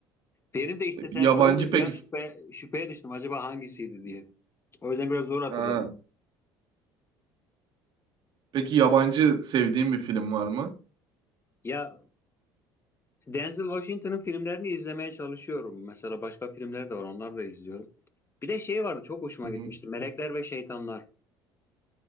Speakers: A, on the left (about 25°); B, on the right (about 55°).
A: Benim de işte
B: E,
A: sen
B: Yabancı
A: sorunca bir
B: peki
A: an şüphe, şüpheye düştüm acaba hangisiydi diye. O yüzden biraz zor hatırladım.
B: ha. Peki yabancı sevdiğin bir film var mı?
A: Ya Denzel Washington'ın filmlerini izlemeye çalışıyorum. Mesela başka filmler de var onları da izliyorum. Bir de şey vardı çok hoşuma
B: Hı
A: gitmişti.
B: hı.
A: Melekler ve Şeytanlar.